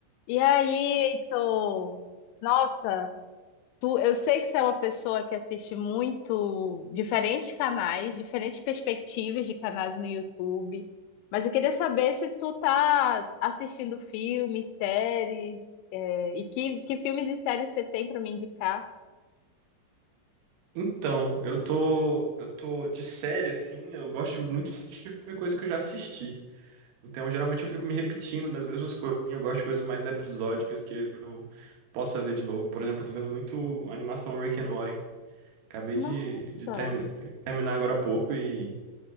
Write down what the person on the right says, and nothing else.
Então, eu tô, eu tô de série assim, eu gosto muito de ver coisa que eu já assisti. Então, geralmente eu fico me repetindo nas mesmas coisas. Eu gosto de coisas mais episódicas que eu possa ver de novo. Por exemplo, eu tô vendo muito a animação Rick and Morty. Acabei de,
de termi- terminar agora há pouco e,